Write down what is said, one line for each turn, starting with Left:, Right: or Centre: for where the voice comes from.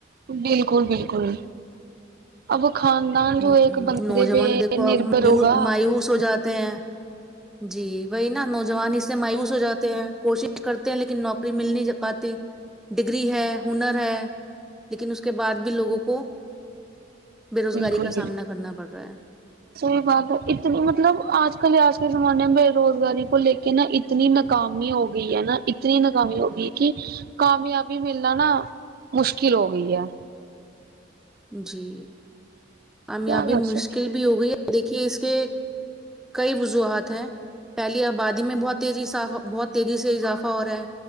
Right: بالکل بالکل ابو خان دان جو
Centre: ہوں
Right: ایک بندے
Centre: نوجوان
Right: پہ
Centre: دیکھو
Right: نربر
Centre: آپ مایو-
Right: ہوگا
Centre: مایوس ہو جاتے ہیں جی وہی نا نوجوان اس سے مایوس ہو جاتے ہیں کوشش کرتے ہیں لیکن نوکری مل نہیں پاتی ڈگری ہے ہنر ہے لیکن اس کے بعد بھی لوگوں کو بے روزگاری
Right: بالکل
Centre: کا
Right: بالکل
Centre: سامنا کرنا پڑ رہا ہے
Right: صحیح بات ہے اتنی مطلب آج کل آج کے زمانے میں بے روزگاری کو لے کے نا اتنی ناکامی ہو گئی ہے نا اتنی ناکامی ہو گئی کہ کامیابی ملنا نا مشکل ہو گئی ہے
Centre: جی کامیابی
Right: کیا کر
Centre: مشکل
Right: سکتے
Centre: بھی ہو گئی دیکھیے اس کے کئی وجوہات ہیں پہلی آبادی میں بہت تیزی ااف بہت تیزی سے اضافہ ہو رہا ہے